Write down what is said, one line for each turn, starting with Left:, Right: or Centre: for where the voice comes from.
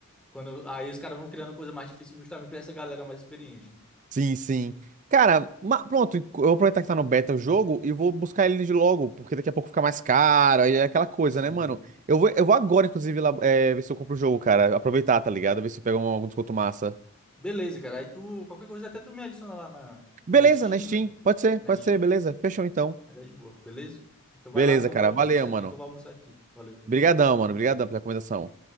Centre: quando... Aí os caras vão criando coisa mais difícil justamente pra essa galera mais experiente, né?
Right: Sim, sim. Cara, ma- pronto, eu vou aproveitar que tá no beta o jogo e vou buscar ele de logo, porque daqui a pouco fica mais caro, aí é aquela coisa,
Centre: Sim.
Right: né, mano? Eu vou, eu vou agora, inclusive, lá, é, ver se eu compro o jogo, cara. Aproveitar, tá ligado? Ver se eu pego um- algum desconto massa.
Centre: Beleza, cara. Aí tu... Qualquer coisa, até tu me adiciona lá na,
Right: Beleza,
Centre: na Steam,
Right: na Steam.
Centre: velho.
Right: Pode ser,
Centre: Na
Right: pode
Centre: Steam.
Right: ser, beleza. Fechou então.
Centre: Mas é de boa, beleza? Então vai
Right: Beleza,
Centre: lá que eu
Right: cara.
Centre: vou
Right: Valeu,
Centre: também sair
Right: mano.
Centre: aqui, que eu vou almoçar aqui. Valeu.
Right: Obrigadão, mano. Obrigadão pela recomendação.